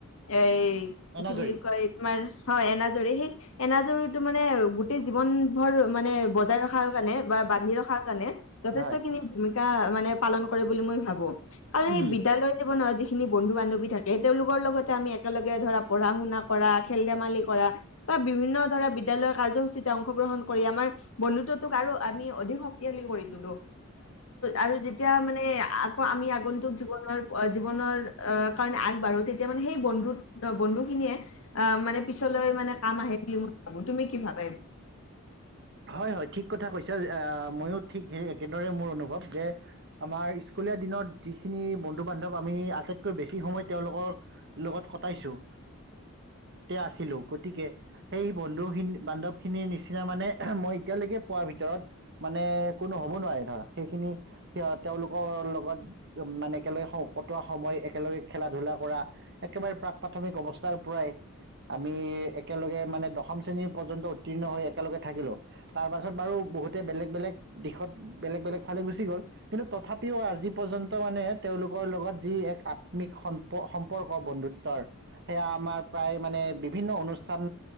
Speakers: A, on the left (about 70°); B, on the right (about 50°).
A: এ,
B: এনাজৰী
A: কি বুলি কয় তোমাৰ হয় এনাজৰী সেই এনাজৰী টো মানে গোটেই জীৱন ভৰ মানে বজাই ৰখাৰ কাৰণে বা বান্ধি ৰখা কাৰণে যথেষ্ট
B: হয়
A: খিনি ভূমিকা মানে। পালন কৰে বুলি মই ভাবো। কাৰণ
B: উম
A: স বিদ্যালয়ৰ জীৱনতি খিনি বন্ধু বান্ধৱী থাকে তেওঁলোকৰ লগতে আমি একেলগে ধৰা পঢ়া শুনা কৰা, খেল ধেমালি কৰা, বিভিন্ন ধৰণে, বিদ্যালয়ৰ কাৰ্যসূচীতে অংশগ্ৰহণ কৰি আমাৰ বন্ধুত্বটোক আৰু আমি অধিক শক্তিশালী কৰি তলো। আৰু যেতিয়া মানে, আগন্তুক জীৱনৰ জীৱনৰ -কাৰণে আগবাঢ়ো তেতিয়া মানে সেই বন্ধুখিনিয়ে, মানে পিছলৈ মানে কাম আহে বুলি মই ভাবো। তুমি কি ভাব?
B: হয় -হয় ঠিক কথা কৈছ। অট্চা ময়ো ঠিক সেই একেদৰে মোৰ অনুভৱ, যে আমাৰ স্কুলীয়া দিনত যিখিনি বন্ধু -বান্ধৱ আটাইতকৈ সময় তেওঁলোকৰ লগত কটাইছোঁ। আছিলো। গতিকে সেই বন্ধুহীন -বান্ধৱ খিনি নিচিনা মানে মই এতিয়ালৈকে পোৱাৰ ভিতৰত, মানে কোনো হ'ব নোৱাৰে ধৰ সেইখিনি তেওঁলোকৰ লগত মানে একেলগে কটোৱা সময়, একেলগে খেলা ধূলা কৰা। একেবাৰে প্ৰাক প্ৰাথমিক অৱস্থাৰ পৰাই, আমি একেলগে মানে দশম শ্ৰেণীৰ পৰ্যন্ত উত্তীৰ্ণ হৈ একেলগে থাকিলো। তাৰ পাছত বাৰু বহুতে বেলেগ বেলেগ দিশত বেলেগ বেলেগ ফালে গুচি গ'ল। কিন্তু তথাপিও আজি পৰ্যন্ত মানে তেওঁলোকৰ লগত যি এক আত্মিক সম্প সম্পৰ্ক বন্ধুত্বৰ সেয়া আমাৰ প্ৰায় মানে বিভিন্ন অনুষ্ঠান